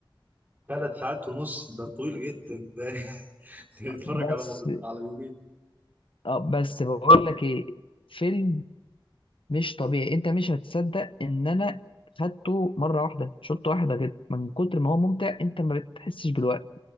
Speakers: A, on the right; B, on the left.
A: ثلاث ساعات ونص ده طويل جدا ده <laughs> ده يتفرج
B: بس
A: على مر... على يومين
B: اه بس بقول لك ايه فيلم مش طبيعي انت مش هتصدق ان انا خدته مره واحده شوطه واحده كده من كتر ما هو ممتع انت ما بتحسش بالوقت